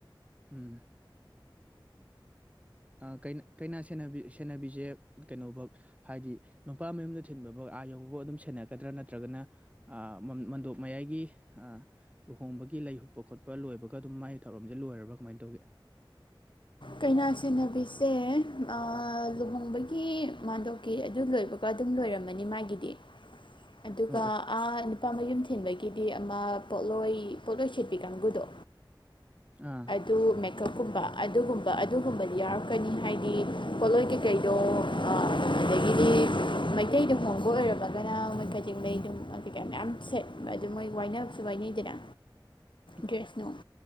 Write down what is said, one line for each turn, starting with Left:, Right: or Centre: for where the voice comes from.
Right: ꯎꯝ ꯑ ꯀꯩꯅ ꯀꯩꯅ ꯁꯦꯟꯅꯕꯤ ꯁꯦꯟꯅꯕꯤꯁꯦ ꯀꯩꯅꯣꯕꯧ ꯍꯥꯏꯗꯤ ꯅꯨꯄꯥ ꯃꯌꯨꯝꯗ ꯊꯤꯟꯕꯕꯧ ꯑꯥ ꯌꯧꯕꯕꯧ ꯑꯗꯨꯝ ꯁꯦꯟꯅꯒꯗ꯭ꯔꯥ ꯅꯠꯇ꯭ꯔꯒꯅ ꯑ ꯃꯟ ꯃꯟꯗꯣꯞ ꯃꯌꯥꯏꯒꯤ ꯑ ꯂꯨꯍꯣꯡꯕꯒꯤ ꯂꯩ ꯍꯨꯛꯄ ꯈꯣꯠꯄ ꯂꯣꯏꯕꯒ ꯑꯗꯨꯝ ꯃꯥꯏ ꯊꯧꯔꯝꯖꯦ ꯂꯣꯏꯔꯕꯥ ꯀꯃꯥꯏ ꯇꯧꯒꯦ
Left: ꯀꯩꯅꯥ ꯁꯦꯟꯅꯕꯤꯁꯦ ꯑ ꯂꯨꯍꯣꯡꯕꯒꯤ ꯃꯥꯟꯗꯣꯞꯀꯤ ꯑꯗꯨ ꯂꯣꯏꯕ ꯑꯗꯨꯝ ꯂꯣꯏꯔꯝꯃꯅꯤ ꯃꯥꯒꯤꯗꯤ
Right: <inaudible>
Left: ꯑꯗꯨꯒ
Right: ꯑꯧ
Left: ꯑꯥ ꯅꯨꯄꯥ ꯃꯌꯨꯝ ꯊꯤꯟꯕꯒꯤꯗꯤ ꯑꯃ ꯄꯣꯠꯂꯣꯏ ꯄꯣꯠꯂꯣꯏ ꯁꯦꯠꯄꯤ ꯀꯥꯡꯒꯨꯗꯣ
Right: ꯑꯥ
Left: ꯇꯨ ꯃꯦꯛꯀꯞꯀꯨꯝꯕ ꯑꯗꯨꯒꯨꯝ ꯑꯗꯨꯒꯨꯝꯕꯗꯤ ꯌꯥꯎꯔꯛꯀꯅꯤ ꯍꯥꯏꯗꯤ ꯄꯣꯠꯂꯣꯏ ꯀꯩꯀꯩꯗꯣ ꯑ‌ ꯑꯗꯒꯤꯗꯤ ꯇꯩꯗ ꯍꯣꯡꯕ ꯑꯣꯏꯔꯝꯃꯒꯅ ꯃꯣꯏ ꯀꯖꯦꯡ ꯂꯩꯩ ꯑꯗꯨꯝ ꯀꯩꯀꯩ ꯃꯌꯥꯝ ꯁꯦꯠ ꯑꯗꯨꯝ ꯃꯣꯏ ꯋꯥꯏꯅꯕꯁꯨ ꯋꯥꯏꯅꯩꯗꯅ
Right: <inaudible>
Left: ꯗ꯭ꯔꯦꯁꯅꯣꯡ